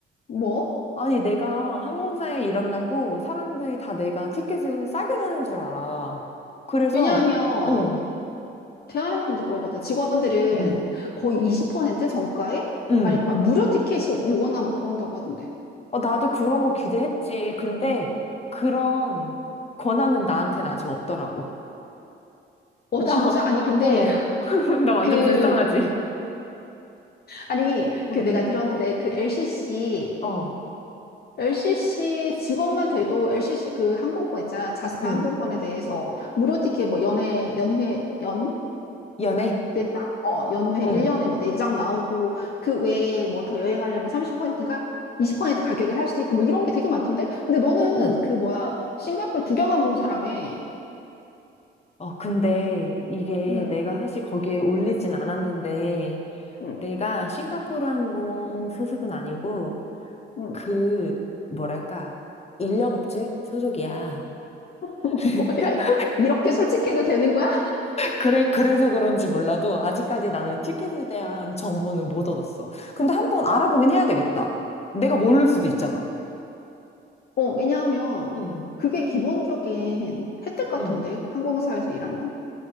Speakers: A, on the left; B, on the left.
A: 뭐?
B: 아니, 내가 항공사에 일한다고 사람들이 다 내가 티켓을 싸게 사는 줄 알아. 그래서,
A: 왜냐하면,
B: 응,
A: 대한항공도 그러거든. 직원들은
B: 응,
A: 거의 20% 정가에?
B: 응.
A: 아니, 막 무료 티켓이 오거나 막 그런다고 하던데.
B: 어, 나도 그런 거 기대했지. 근데 그런 권한은 나한테는 아직 없더라고.
A: 어,
B: 나,
A: 진짜?
B: <laughs>
A: 아니, 근데,
B: 어,
A: <laughs>
B: <laughs> 나 완전
A: 그,
B: 불쌍하지.
A: 아니,
B: 응.
A: 그 내가 들었는데 그 LCC,
B: 어,
A: LCC 직원만 돼도 LCC 그 항공권 있잖아. 자사
B: 응.
A: 항공권에 대해서 무료 티켓 뭐 연회, 연회, 연?
B: 연애?
A: 네장 어, 연회
B: 응,
A: 1년에 뭐 네장 나오고 그 외에 뭐 더 여행하려면 30%인가? 20% 가격에 살 수도 있고 뭐 이런 게 되게 많던데? 근데 너는
B: 응.
A: 그 뭐야, 싱가포르 구경항공 사람에,
B: 어, 근데 이게
A: 음,
B: 내가 사실 거기에 올리진 않았는데,
A: 음,
B: 내가 싱가포르 항공 소속은 아니고
A: 음,
B: 그 뭐랄까 인력 업체 소속이야.
A: <laughs>
B: <laughs>
A: 뭐야, 이렇게 솔직해도 되는 거야?
B: 그래 그래서 그런지 몰라도 아직까지 나는 티켓에 대한 정보는 못 얻었어. 근데 한번 알아보긴 해야 되겠다. 내가 모를 수도 있잖아.
A: 어, 왜냐하면
B: 응,
A: 그게 기본적인 혜택 같은데,
B: 응,
A: 항공사에서 일하면.